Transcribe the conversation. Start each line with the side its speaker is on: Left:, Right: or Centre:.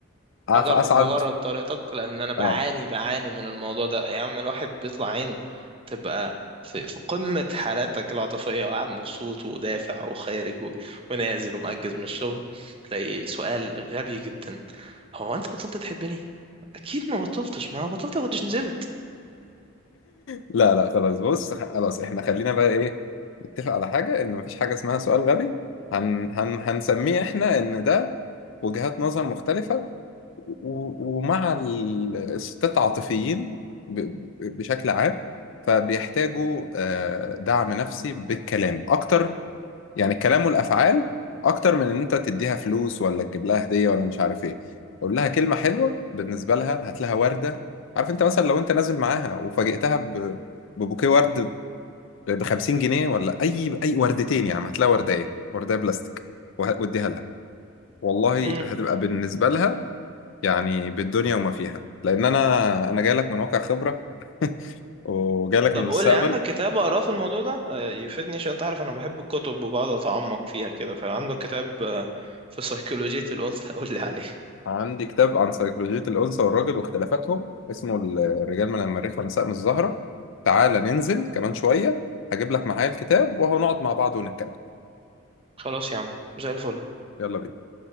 Left: أف-
Right: اجرب
Left: أسعد
Right: اجرب طريقتك لان انا بعاني
Left: اه
Right: بعاني من الموضوع ده يا عم الواحد بيطلع عينه تبقى في, في قمة حالاتك العاطفية وقاعد مبسوط ودافع وخارج و- ونازل ومأجز من الشغل تلاقي سؤال غبي جدا هو انت بطلت تحبني؟ اكيد ما بطلتش ما أنا بطلت ما كنتش نزلت
Left: لا لا خلاص بص خلاص احنا خلينا بقى ايه نتفق على حاجة ان مفيش حاجة اسمها سؤال غبي هن... هن... هنسميه احنا ان ده وجهات نظر مختلفة و... ومع ال- الستات عاطفيين ب... ب- بشكل عام فبيحتاجوا آه، دعم نفسي بالكلام أكتر يعني الكلام والافعال اكتر من ان انت تديها فلوس ولا تجيب لها هديه ولا مش عارف ايه قول لها كلمه حلوه بالنسبه لها هات لها ورده عارف انت مثلا لو انت نازل معاها وفاجئتها ب... ببوكيه ورد ب 50 جنيه ولا اي اي وردتين يا عم هات لها ورديه ورديه بلاستيك وه- واديها لها والله
Right: <laughs>
Left: هتبقى بالنسبه لها يعني بالدنيا وما فيها لان انا انا جاي لك من واقع خبره <laughs> وجاي لك
Right: طب
Left: من المستقبل
Right: قول لي عندك كتاب اقراه في الموضوع ده آه، يفيدني عشان انت عارف انا بحب الكتب وبقعد اتعمق فيها كده فعندك كتاب آه، في سيكولوجية الانثى <laughs> قول لي عليه
Left: عندي كتاب عن سيكولوجية الأنثى والراجل واختلافاتهم اسمه ال- الرجال من المريخ ونساء من الزهرة تعالى ننزل كمان شوية هجيب لك معايا الكتاب وهو نقعد مع بعض ونتكلم
Right: خلاص يا عم زي الفل
Left: يلا بينا